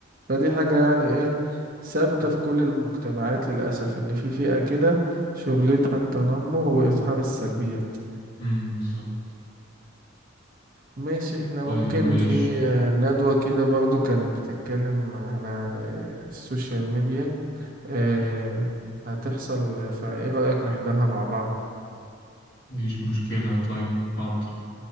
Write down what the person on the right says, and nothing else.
فدي حاجة يعني إيه ثابتة في كل المجتمعات للأسف إن في فئة كده شغلتها التنمر وإظهار السلبيات
ماشي احنا
ممكن
في آه، ندوة كده برضو كانت بتتكلم على آه، السوشيال ميديا آه، هتحصل فايه رأيك نحضرها مع بعض